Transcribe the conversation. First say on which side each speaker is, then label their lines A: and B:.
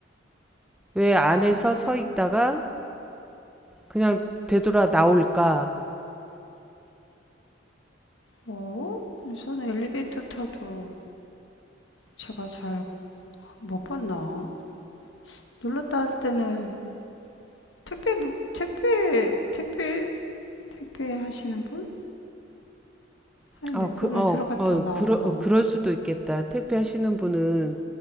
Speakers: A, in the centre; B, on the left.
A: 왜 안에서 서 있다가 그냥 되돌아 나올까?
B: 어? 우선 엘리베이터 타도 제가 잘 못 봤나? 눌렀다 할 때는 택배, 택배, 택배, 택배 하시는 분? 아니, 근데
A: 아,
B: 그
A: 그,
B: 분은
A: 어,
B: 들어갔다가
A: 어,
B: 나왔고.
A: 그러, 어, 그럴 수도 있겠다. 택배 하시는 분은